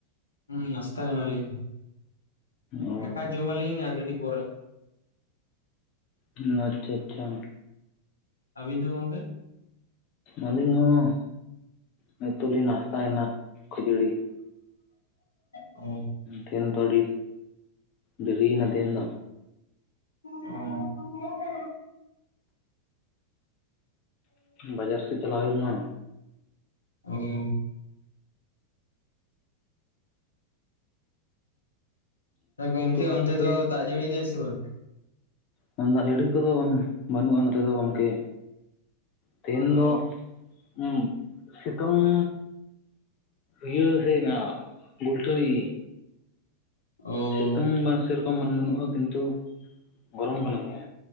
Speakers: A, on the left; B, on the left.
A: ᱦᱩᱸ ᱱᱟᱥᱛᱟ ᱠᱟᱱᱟᱞᱤᱧ
B: ᱚ
A: ᱫᱟᱠᱟ ᱡᱚᱢᱟᱞᱤᱧ ᱟᱨ ᱠᱟᱹᱴᱤᱡ ᱯᱚᱨᱮ
B: ᱦᱩᱸ ᱟᱪᱪᱷᱟ ᱟᱪᱪᱷᱟ
A: ᱟᱹᱵᱤᱱ ᱫᱚ ᱜᱚᱝᱠᱮ
B: ᱟᱹᱞᱤᱧ ᱦᱚᱸ ᱱᱤᱛᱚᱜ ᱞᱤᱧ ᱱᱟᱥᱛᱟᱭᱮᱱᱟ ᱠᱷᱟᱹᱡᱟᱹᱲᱤ
A: ᱳ
B: ᱛᱮᱦᱮᱱ ᱫᱚ ᱟᱰᱤ ᱫᱮᱨᱤᱭᱮᱱᱟ ᱛᱮᱦᱮᱱ ᱫᱚ
A: ᱚᱸ
B: ᱵᱟᱡᱟᱨ ᱥᱮᱫ ᱪᱟᱞᱟᱣ ᱦᱩᱭ ᱞᱮᱱᱟ
A: <inaudible> ᱜᱚᱝᱠᱮ
B: ᱛᱚ ᱜᱚᱢᱠᱮ
A: ᱚᱱᱛᱮ ᱫᱚ ᱫᱟᱜ ᱡᱟᱹᱲᱤ ᱫᱟᱭ ᱥᱮ ᱵᱟᱝ
B: ᱫᱟᱜ ᱡᱟᱹᱲᱤ ᱠᱚᱫᱚ ᱵᱟᱹᱱᱩᱜᱼᱟ ᱱᱚᱛᱮ ᱫᱚ ᱜᱚᱝᱠᱮ ᱛᱮᱦᱮᱧ
A: ᱚ
B: ᱫᱚ ᱦᱩᱸ ᱥᱤᱛᱩᱝ ᱤᱭᱟᱹ ᱦᱮᱡᱱᱟ ᱜᱩᱞᱴᱷᱟᱹᱲᱤ
A: ᱳ
B: ᱥᱤᱛᱩᱝ ᱵᱟᱝ ᱥᱮᱨᱚᱠᱚᱢ ᱵᱟᱝ ᱵᱟᱹᱱᱩᱜᱼᱟ ᱠᱤᱱᱛᱩ ᱜᱚᱨᱚᱢ ᱠᱟᱱᱟ ᱫᱚᱢᱮ